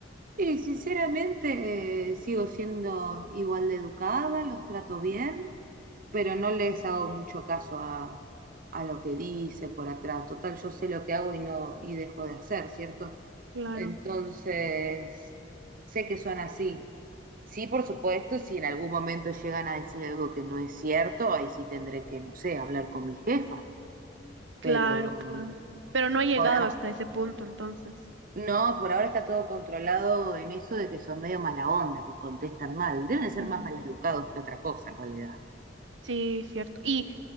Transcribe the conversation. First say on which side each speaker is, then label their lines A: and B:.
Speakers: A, on the right; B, on the right.
A: Y sinceramente eh, sigo siendo igual de educada, los trato bien,
B: Ujú.
A: pero no les hago mucho caso a, a lo que dice por atrás. Total, yo sé lo que hago y no, y dejo de hacer, ¿cierto?
B: Claro,
A: Entonces, sé que son así. Sí, por supuesto, si en algún momento llegan a decir algo que no es cierto, ahí sí tendré que, no sé, hablar con mi jefa.
B: claro,
A: Pero
B: claro. Pero no ha llegado
A: por, a-
B: hasta ese punto, entonces.
A: No, por ahora está todo controlado en eso de que son medio mala onda, que contestan mal. Deben ser
B: Ujú.
A: más maleducados que otra cosa en realidad.
B: Sí, cierto. ¿Y